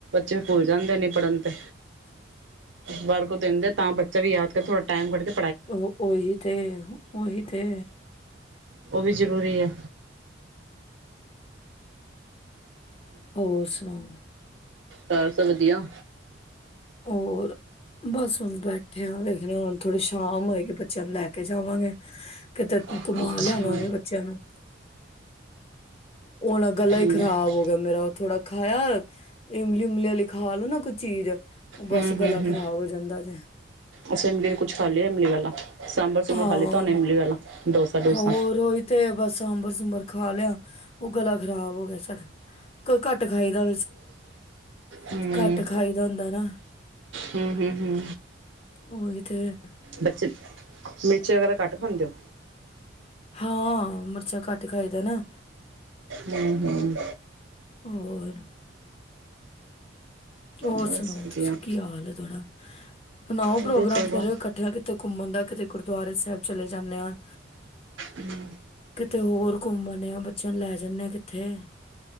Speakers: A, on the right; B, on the left.
A: ਬੱਚੇ ਭੁੱਲ ਜਾਂਦੇ ਨੀ, ਪੜ੍ਹਨ ਤੇ ਵਾਰ ਕੋ ਦਿੰਦੇ ਤਾਂ ਬੱਚਾ ਵੀ ਯਾਦ ਕਰ ਥੋੜ੍ਹਾ ਟਾਈਮ ਕੱਡਕੇ
B: ਉਹ ਉਹੀ ਤੇੇ ਉਹੀ ਤੇੇ
A: ਉਹ ਵੀ ਜ਼ਰੂਰੀ ਐ।
B: ਹੋਰ ਸੁਣਾਓ?
A: ਘਾਰ ਸਭ ਵਧੀਆ?
B: ਹੋਰ, ਬਸ ਹੁਨ ਬੈਠੇ ਆ, ਦੇਖਨੇ ਹੁਨ ਥੋੜੀ ਸ਼ਾਮ ਹੋਏ ਤੇ ਬੱਚਿਆਂ ਨੂੰ ਲੈ ਕੇ ਜਾਵਾਂਗੇ। ਕਿਤੇ
A: ਅੱਛਾ
B: ਘੁਮਾ ਲਿਆਵਾਂਗੇ
A: ਹੂੰ
B: ਬੱਚਿਆਂ ਨੂੰ। ਉਹ ਨਾ ਗਲਾ
A: ਹੂੰ
B: ਹੀ ਖਰਾਬ ਹੋ ਗਿਆ ਮੇਰਾ, ਉਹ ਥੋੜਾ ਖਾਇਆ। ਇਮਲੀ -ਉਮਲੀ ਆਲੀ ਕੋਈ ਖਾ ਲਓ ਨਾ, ਕੋਈ ਚੀਜ਼। ਬਸ
A: ਹਮ,
B: ਗਲਾ
A: ਹਮ, ਹਮ
B: ਖ਼ਰਾਬ ਹੋ ਜਾਂਦਾ ਜੇ
A: ਅਸੀਂ ਇਮਲੀ ਤੇ ਕੁਛ ਖਾ ਲਿਆ ਇਮਲੀ ਵਾਲਾ। ਸਾਂਬਰ- ਸੁੰਬਰ
B: ਹਾਂ
A: ਖਾ ਲਿਤਾ ਹੋਨੇ ਇਮਲੀ ਵਾਲਾ, ਡੋਸਾ ਡੂਸਾ
B: ਹੋਰ ਓਈ ਤੇ ਏ, ਬਸ ਸਾਂਬਰ ਸੁੁੰਬਰ ਖਾ ਖਾ ਲਿਆ। ਉਹ ਗਲਾ ਖ਼ਰਾਬ ਹੋ ਗਿਆ ਸਾਡਾ, ਘੱਟ ਖਾਈਦੈ
A: ਹੂੰ
B: ਘੱਟ ਖਾਈ ਦਾ ਹੁੰਦਾ ਨਾ
A: ਹੂੰ ਹੂੰ ਹੂੰ
B: ਉਹੀ ਤੇ।
A: ਬੱਚੇ ਮਿਰਚ ਵਗੈਰਾ ਘੱਟ ਖਾਂਦੇ ਓ?
B: ਹਾਂ, ਮਿਰਚਾਂ ਘੱਟ ਖਾਈਦਾ ਨਾ।
A: ਹਮ-ਹਮ।
B: ਹੋਰ। ਹੋਰ
A: ਬਸ
B: ਸੁਣਾਓ, ਤੁਸੀਂ
A: ਵਧੀਆ
B: ਕੀ ਹਾਲ ਥੋੜਾ? ਬਨਾਓ ਪ੍ਰੋਗਰਾਮ
A: ਵਧੀਆ ਚਲੋ
B: ਫਿਰ, ਇਕੱਠਿਆ ਕਿਤੇ ਘੁੰਮਣ ਦਾ ਕਿਤੇ ਗੁਰਦੁਆਰੇ ਸਾਹਿਬ ਚਲੇ ਜਾਂਨੇ ਆਂ।
A: ਹਮ।
B: ਕਿਤੇ ਹੋਰ ਘੁੰਮ ਆਨੇ ਆਂ, ਬੱਚਿਆਂ ਨੂੰ ਲੈ ਜਾਂਨੇ ਆਂ ਕਿੱਥੇ।